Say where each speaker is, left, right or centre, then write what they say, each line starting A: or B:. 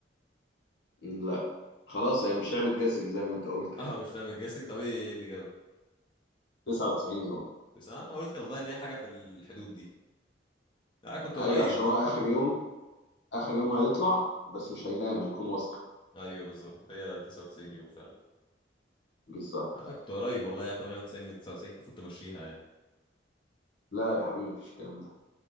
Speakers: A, on the left (about 80°); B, on the left (about 25°).
A: لا خلاص هي مش لعبة جاسنج زي ما انت قلت يعني
B: اه مش لعبه جيسنج طب ايه اللي جابها
A: 99 يوم
B: تسعة انا قلت والله ان هي حاجه في الحدود دي انا آه كنت
A: ايوه
B: قريب
A: عشان
B: برضو
A: هو اخر يوم اخر يوم هيطلع بس مش هينام هيكون واصل
B: ايوه بالظبط هي 99 يوم فعلا
A: بالظبط
B: انا آه كنت قريب والله يعني 98 من 99 كان المفروض تمشيها يعني
A: لا يا حبيبي مفيش الكلام ده